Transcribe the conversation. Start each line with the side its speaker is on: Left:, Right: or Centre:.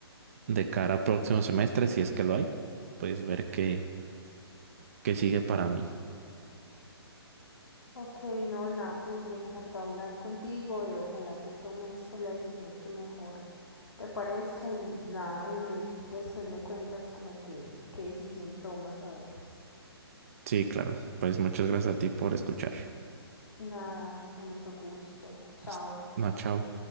Right: de cara al próximo semestre, si es que lo hay, pues ver qué, qué sigue para mí.
Left: Ok, no, nada, pues me encantó hablar contigo y ojalá que tomes pues la decisión que mejor te parezca y nada, y me, después me cuentas como que qué decisión tomas, a ver.
Right: Sí, claro. Pues muchas gracias a ti por escuchar.
Left: Nada, con mucho gusto. Chao.
Right: Hasta- No, chao.